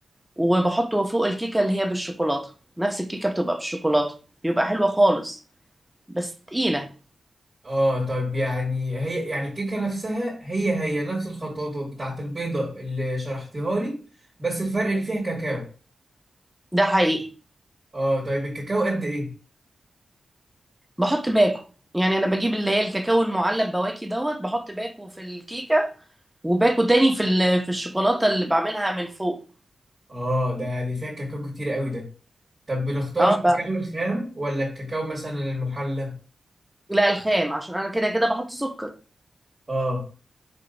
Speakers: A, in the centre; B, on the right (about 25°).
A: وبحطه فوق الكيكه اللي هي بالشوكولاته نفس الكيكه بتبقى بالشوكولاته بيبقى حلوه خالص بس تقيله
B: اه طيب يعني هي يعني الكيكة نفسها هي هي نفس الخطوات بتاعت البيضة اللي شرحتيها لي بس الفرق اللي فيها كاكاو
A: ده حقيقي
B: اه طيب الكاكاو قد ايه
A: بحط باكو يعني انا بجيب اللي هي الكاكاو المعلب بواكي دوت بحط باكو في الكيكه وباكو تاني في ال- في الشوكولاته اللي بعملها من فوق
B: اه ده دي فيها كاكاو كتير قوي ده طب بنختار
A: اه
B: الكاكاو
A: ب-
B: الخام ولا الكاكاو مثلا المحلى
A: لا الخام عشان انا كده كده بحط سكر
B: اه